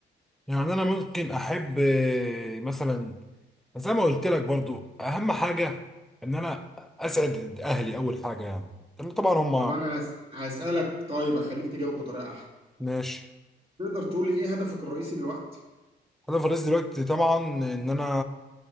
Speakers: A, in the centre; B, on the right.
A: يعني انا ممكن احب آه، مثلا زي ما قلت لك برضو اهم حاجه ان انا اسعد اهلي اول حاجه يعني لان طبعا هم
B: طب انا هس- هسألك طيب اخليك تجاوب بطريقة احسن
A: ماشي
B: تقدر تقول لي ايه هدفك الرئيسي دلوقتي
A: انا في الرئيس دلوقتي طبعا ان انا